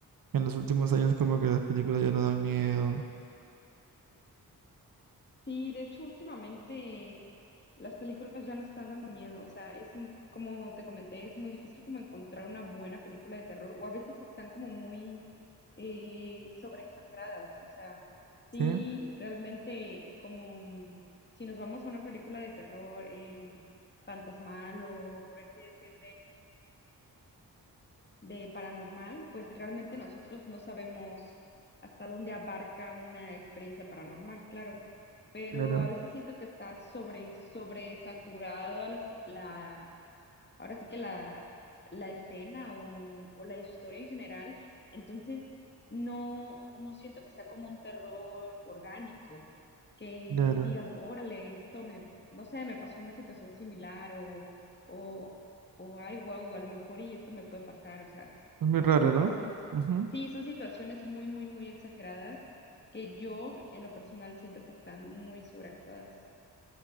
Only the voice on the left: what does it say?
Sí, de hecho, últimamente las películas ya no están dando miedo. O sea, es m- como te comenté, es muy difícil como encontrar una buena película de terror. O a veces están como muy eh, sobreexageradas. O sea,
sí,
realmente como mm, si nos vamos a una película de terror eh, fantasmal o por así decir de paranormal, pues realmente nosotros no sabemos hasta dónde abarca una experiencia paranormal, claro, pero
a veces siento que está sobre, sobre sobresaturada la, ahora sí que la, la escena o, o la historia en general. Entonces, no, no siento que sea como un terror orgánico, que
digas, órale, esto me, no sé, me pasó una situación similar o, o, o ay, wow, a lo mejor y esto me puede pasar. O sea,
es
como
que son,
sí, son situaciones muy, muy, muy exageradas que yo en lo personal siento que están muy sobreactuadas.